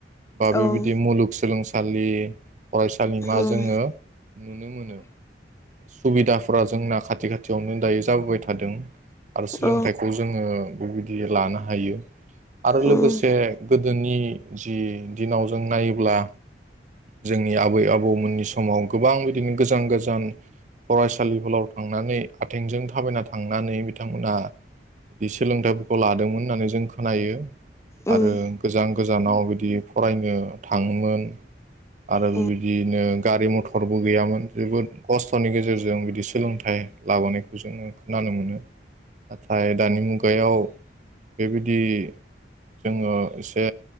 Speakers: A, on the right (about 45°); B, on the left (about 15°).
A: बा बेबायदि
B: औ
A: मुग सोलोंसा खालि फरायसालिमा
B: उम
A: जोङो नुनो मोनो सुबिदाफोरा जोंना खाथि खाथियावनो दायो जाबोबाय थादों आरो सोलोंथाइखौ
B: औ
A: जोङो बेबायदि लानो हायो आरो
B: उम
A: लोगोसे गोदोनि जि दिनाव जों नायोब्ला जोंनि आबै आबौमोननि समाव गोबां बिदिनो गोजान गोजान फरायसालिफोराव थांनानै आथिंजों थाबायना थांनानै बिथांमोनहा बिदि सोलोंथाइफोरखौ लादोंमोन होननानै जों खोनायो
B: उम
A: आरो गोजां गोजानाव बिदि फरायनो थाङोमोन आरो
B: उम
A: बिबायदियनो गारि मथरबो गैयामोन जोबोद खस्थ'नि गेजेरजों बिदि सोलोंथाइ लाबोनायखौ जोङो खोनानो मोनो नाथाय दानि मुगायाव बेबायदि जोङो एसे